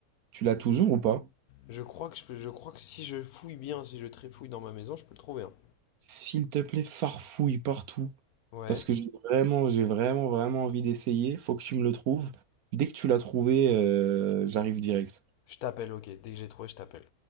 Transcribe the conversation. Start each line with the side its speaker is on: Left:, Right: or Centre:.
Right: Tu l'as toujours ou pas?
Left: je crois que je peux, je crois que si je fouille bien, si je trifouille dans ma maison, je peux le trouver, hein.
Right: S'il te plaît, farfouille partout.
Left: Ouais,
Right: Parce que j'ai Mm. vraiment, j'ai vraiment, vraiment envie d'essayer. Faut que tu me le trouves. Dès que tu l'as trouvé, euh, j'arrive direct.
Left: je t'appelle, ok, dès que j'ai trouvé, je t'appelle.